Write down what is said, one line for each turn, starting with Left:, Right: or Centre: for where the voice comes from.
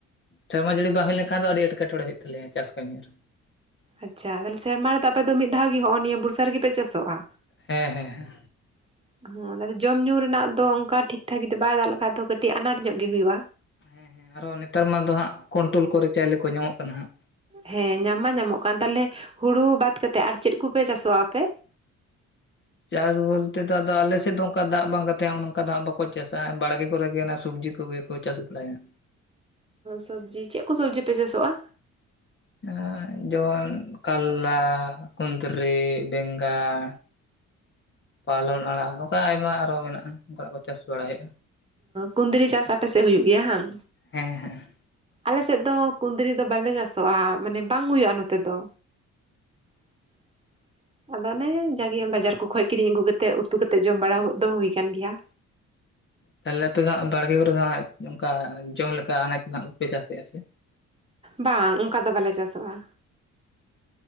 Left: ᱥᱮᱨᱢᱟ ᱡᱟᱹᱲᱤ ᱵᱟᱝ ᱦᱩᱭ ᱞᱮᱱᱠᱷᱟᱱ ᱫᱚ ᱟᱹᱰᱤ ᱮᱴᱠᱮᱴᱚᱬᱮ ᱦᱩᱭᱩᱜ ᱛᱟᱞᱮᱭᱟ ᱪᱟᱥ ᱠᱟᱹᱢᱤ ᱨᱮ᱾
Right: ᱟᱪᱪᱷᱟ ᱛᱟᱦᱞᱮ ᱥᱮᱨᱢᱟ ᱨᱮᱫᱚ ᱟᱯᱮ ᱫᱚ ᱢᱤᱫ ᱫᱷᱟᱣ ᱜᱮ ᱱᱚᱜ ᱱᱤᱭᱟᱹ ᱵᱥ ᱨᱮᱜᱮᱯᱮ ᱪᱟᱥᱚᱜᱼᱟ?
Left: ᱦᱮᱸ ᱦᱮᱸ ᱦᱮᱸ᱾
Right: <inaudible> ᱦᱮᱸ ᱡᱚᱢ ᱧᱩ ᱨᱮᱱᱟᱜ ᱫᱚ ᱚᱱᱠᱟ ᱴᱷᱤᱠ ᱴᱷᱟᱠ ᱡᱚᱫᱤ ᱵᱟᱭ ᱫᱟᱜ ᱞᱮᱠᱷᱟᱡ ᱫᱚ ᱠᱟᱹᱴᱤᱡ ᱟᱱᱟᱴ ᱧᱚᱜ ᱜᱮ ᱦᱩᱭᱩᱜᱼᱟ᱾
Left: ᱦᱮᱸ ᱦᱮᱸ ᱟᱨᱚ ᱱᱮᱛᱟᱨ ᱢᱟ ᱫᱚ ᱦᱟᱸᱜ ᱠᱚᱱᱴᱨᱳᱞ ᱠᱚᱨᱮ ᱪᱟᱭᱮ ᱠᱚ ᱧᱟᱢᱚᱜ ᱠᱟᱱᱟ ᱦᱟᱸᱜ᱾
Right: ᱦᱮᱸ ᱧᱟᱢ ᱢᱟ ᱧᱟᱢᱚᱜ ᱠᱟᱱ ᱛᱟᱦᱚᱞᱮ ᱦᱩᱲᱩ ᱵᱟᱫ ᱠᱟᱛᱮ ᱟᱨ ᱪᱮᱫ ᱠᱚᱯᱮ ᱪᱟᱥᱚᱜᱼᱟ ᱟᱯᱮ?
Left: ᱪᱟᱥ ᱵᱚᱞᱛᱮ ᱫᱚ ᱟᱫᱚ ᱟᱞᱮᱥᱮᱫ ᱫᱚ ᱚᱱᱠᱟ ᱫᱟᱜ ᱵᱟᱝ ᱜᱟᱛᱼᱟ ᱚᱱ ᱚᱱᱠᱟ ᱫᱟᱜ ᱵᱟᱠᱚ ᱪᱟᱥᱟ ᱵᱟᱲᱜᱮ ᱠᱚᱨᱮᱜᱮᱱᱟ ᱥᱚᱵᱽᱡᱤ ᱠᱚᱜᱮ ᱠᱚ ᱪᱟᱥ ᱛᱟᱦᱮᱱ᱾
Right: ᱥᱚᱵᱽᱡᱤ ᱪᱮᱫ ᱠᱚ ᱥᱚᱵᱡᱤ ᱯᱮ ᱪᱟᱥᱚᱜᱼᱟ?
Left: <unintelligible> ᱡᱮᱢᱚᱱ ᱠᱟᱞᱟ, ᱠᱩᱛᱨᱤ, ᱵᱮᱸᱜᱟᱲ, ᱯᱟᱞᱚᱱ ᱟᱲᱟᱜ ᱱᱚᱝᱠᱟ ᱟᱭᱢᱟ ᱟᱨᱦᱚᱸ ᱢᱮᱱᱟᱜᱼᱟ ᱚᱱᱠᱟᱱᱟᱜ ᱠᱚ ᱪᱟᱥ ᱵᱟᱲᱟᱭᱮᱫᱼᱟ᱾
Right: ᱠᱩᱫᱽᱨᱤ ᱪᱟᱥ ᱟᱯᱮᱥᱮᱫ ᱦᱩᱭᱩᱜ ᱜᱮᱭᱟ ᱦᱟᱝ᱾
Left: ᱦᱮᱸ ᱦᱮᱸ
Right: ᱟᱞᱮ ᱥᱮᱫ ᱫᱚ ᱠᱩᱫᱽᱨᱤ ᱫᱚ ᱵᱟᱞᱮ ᱪᱟᱥᱚᱜᱼᱟ ᱢᱟᱱᱮ ᱵᱟᱝ ᱦᱩᱭᱩᱜᱼᱟ ᱱᱚᱛᱮ ᱫᱚ᱾ <inaudible> ᱟᱫᱚ ᱚᱱᱮ ᱡᱟᱜᱮ ᱵᱟᱡᱟᱨ ᱠᱚ ᱠᱷᱚᱱ ᱠᱤᱨᱤᱧ ᱟᱹᱜᱩ ᱠᱟᱛᱮᱮᱫ ᱩᱛᱩᱛᱮᱫ ᱡᱚᱢ ᱵᱟᱲᱟ ᱫᱚ ᱦᱩᱭ ᱠᱟᱱᱟᱱ ᱜᱮᱭᱟ᱾
Left: ᱛᱟᱦᱚᱞᱮ ᱟᱯᱮ ᱫᱚ ᱦᱟᱜ ᱵᱟᱲᱜᱮ ᱠᱚᱨᱮ ᱫᱚ ᱦᱜ ᱚᱱᱠᱟ ᱡᱚᱢ ᱞᱮᱠᱟ ᱟᱱᱟᱡᱽ ᱫᱚ ᱱᱟᱦᱟᱜ ᱵᱟᱯᱮ ᱪᱟᱥᱮᱫᱼᱟ ᱥᱮ?
Right: ᱵᱟᱝ ᱚᱱᱠᱟ ᱫᱚ ᱵᱟᱞᱮ ᱪᱟᱥᱚᱜᱼᱟ᱾